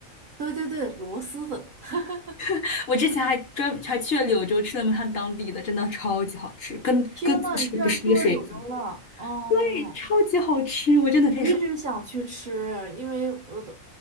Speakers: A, on the right; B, on the left.
A: 对对对，螺蛳粉。<laughs>
B: <laughs> 我之前还专还去了柳州吃了他们当地的，真的超级好吃，跟跟自食不是一个水平。
A: 天呐，你居然去过柳州了！哦，
B: 对，超级好吃，我真的可以说，
A: 我一直想去吃，因为我都